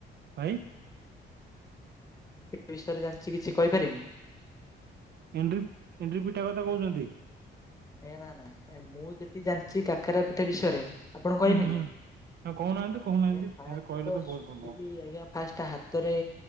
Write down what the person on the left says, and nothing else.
ଏହିବିଷୟରେ ଜାଣିଛି କିଛି କହିପାରିମି।
ଆଜ୍ଞା, ନାଁ, ନାଁ ମୁଁ ଯେତିକି ଜାଣିଛି କାକରାପିଠା ବିଷୟରେ ଆପଣଙ୍କୁ କହିମି
କି?
ଆଜ୍ଞା ଫାଷ୍ଟ
ତ
ସୁଖିକି
ଆଜ୍ଞା ଫାଷ୍ଟ ହା ତରେ